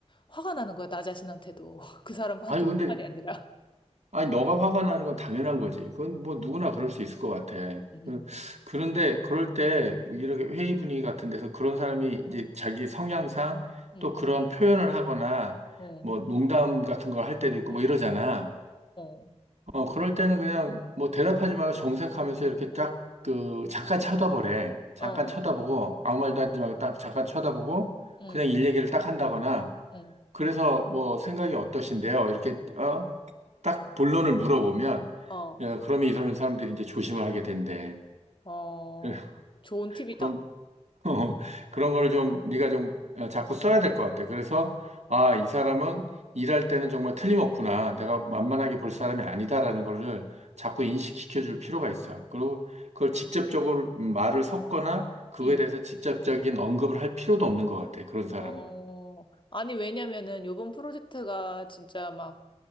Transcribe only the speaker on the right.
아니, 근데
아니, 너가 화가 나는 건 당연한 거지. 그건 뭐 누구나 그럴 수 있을 것 같아.
그- 그런데 그럴 때 이렇게 회의 분위기 같은 데서 그런 사람이 이제 자기 성향상
또 그런 표현을 하거나
뭐 농담 같은 걸 할 때도 있고
뭐
이러잖아.
어, 그럴 때는 그냥 뭐 대답하지 말고 정색하면서 이렇게 딱 그 잠깐 쳐다보래. 잠깐
쳐다보고 아무
말도 하지 말고 딱 잠깐 쳐다보고
그냥 일 얘기를 딱 한다거나
그래서 뭐 생각이 어떠신데요? 이렇게 어? 딱 본론을 물어보면
어, 그러면 이러는 사람들이 이제 조심을 하게 된대.
그-
그럼 <laughs> 그런 거를 좀 네가 좀 어, 자꾸 써야 될 것 같아. 그래서 아, 이 사람은 일할 때는 정말 틀림없구나. 내가 만만하게
볼 사람이 아니다라는 거를 자꾸 인식시켜 줄 필요가 있어. 그리고 그걸 직접적으로 말을 섞거나 그거에
대해서 직접적인 언급을 할 필요도 없는 것 같아. 그런 사람은.